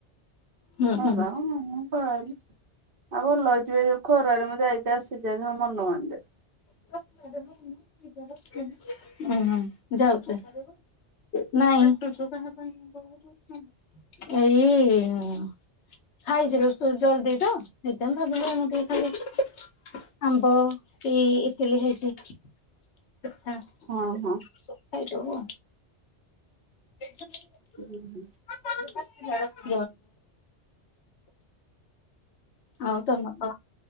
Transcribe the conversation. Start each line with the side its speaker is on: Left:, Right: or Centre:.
Left: ହୁଁ
Right: ଖାଇଲେ
Left: ହୁଁ
Right: ଖାଉ ନହେଲେ ନାହିଁ। ଖରାରେ ଆଉ ଭଲ ହେଇଛିି। ଏ ଯୋଉ ଖରାରେ ମୁଁ ଯାଇକି ଆସିଛି ଆଜି ମୋ ମନ ମାନି ଯାଇଛି।
Left: ହୁଁ, ହୁଁ ଯାଉଛୁ <unintelligible> ନାଇଁ ଏଇ। ଖାଇଯିବେ ସୋ ଜଲଦି ତ ସେଇଥି ପାଇଁ ଭାବିଲୁ ଏ ଏମ୍ ତୀ ରେ ଖାଲି ଆମ୍ବ କି ଇଟିଲି ହେଇଛି ପିଠା
Right: ହଁ, ହଁ।
Left: ସେ ଖାଇଦବ। ପେଟ ଛେ <unintelligible>
Right: ହୁଁ, ହୁଁ।
Left: <unintelligible> ଆଉ ତମର ତ